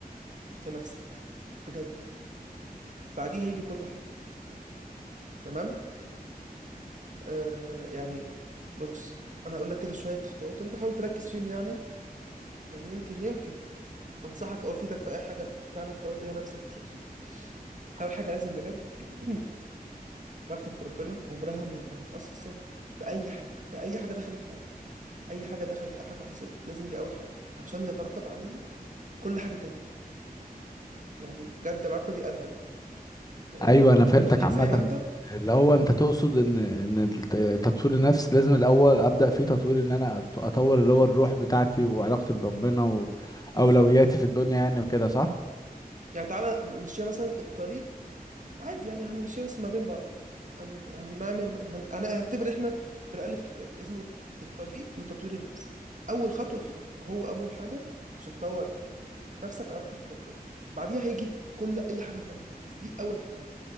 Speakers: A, on the right; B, on the left.
A: في نفسك بجد بعديها هيجي كل حاجة تمام آه يعني بص انا هقول لك كده شوية خطوات انت حاول تركز فيهم يعني يعني يمكن يمكن انصحك او افيدك في اي حاجه فعلا تطور بيها نفسك وشخصيتك اول حاجه لازم بجد <clears throat> علاقتك بربنا عمرها ما, ما تتاثر باي حاجه باي حاجه دخلت حياتك اي حاجه دخلت اي حاجه حصلت لازم دي اول حاجه عشان يترتب عليها كل حاجه تانية يعني بجد العلاقه دي قادره أه
B: ايوه انا فهمتك
A: تخليك
B: عامه
A: زي ما انت
B: اللي هو انت تقصد ان ان الت- تطوير النفس لازم الاول ابدا فيه تطوير ان انا أت- اطور اللي هو الروح بتاعتي وعلاقتي بربنا
A: بالظبط
B: واولوياتي في الدنيا يعني وكده صح
A: يعني تعالى نمشيها مثلا الطريق عادي يعني هنمشيها بس ما بين بعض هن... هنعمل هن... انا هعتبر احنا بنألف كتاب اسمه الطريق لتطوير النفس اول خطوة فيه هو اول حاجة عشان تطور نفسك علاقتك بربنا بعديها هيجي كل اي حاجة تانية بس دي اول حاجة